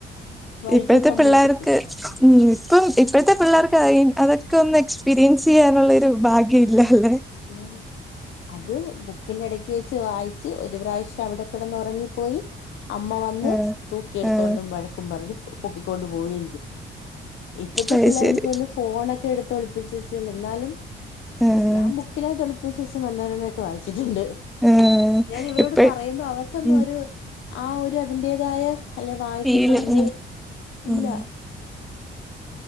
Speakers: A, on the left (about 75°); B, in the centre.
A: വായിക്കാൻ
B: ഇപ്പോഴത്തെ
A: സമ്മതിക്കത്തില്ല
B: പിള്ളേർക്ക് ഉം ഇപ്പം ഇപ്പോഴത്തെ പിള്ളേർക്ക് അതൊക്കെ ഒന്നും എക്സ്പീരിയൻസ് ചെയ്യാനുള്ളൊരു ഭാഗ്യം ഇല്ലല്ലേ
A: <unintelligible> അത് ബുക്കിന്റെ ഇടക്ക് വെച്ച് വായിച്ച് ഒരു പ്രാവശ്യം അവിടെ കിടന്ന് ഉറങ്ങിപ്പോയി അമ്മ വന്ന്
B: ആഹ്
A: തൂക്കിയെടുത്തോണ്ടും
B: ആഹ്
A: വഴക്കും പറഞ്ഞ് പൊക്കിക്കൊണ്ട് പോയി ഇപ്പത്തെ
B: അത്
A: പിള്ളേര്
B: ശരി
A: എനിക്ക് തോന്നുന്നു ഫോണൊക്കെ എടുത്ത് ഒളിപ്പിച്ച്‌ വച്ച് എന്നാലും
B: ആഹ്
A: ഞാൻ ബു ബുക്കിനകത്ത് ഒളിപ്പിച്ച് വെച്ച് മനോരമയൊക്കെ വായിച്ചിട്ടുണ്ട്
B: ആഹ്
A: ഞാൻ ഇവരോട്
B: ഇപ്പ
A: പറയുമ്പോ അവർക്കൊന്നും
B: ഉം
A: ആഹ് ഒരു ഹ് ആഹ് ഒരു അതിന്റെതായ അല്ലെ വായിച്ചിട്ടുണ്ട്
B: ഫീല് ഉം
A: ഇല്ല
B: ഉം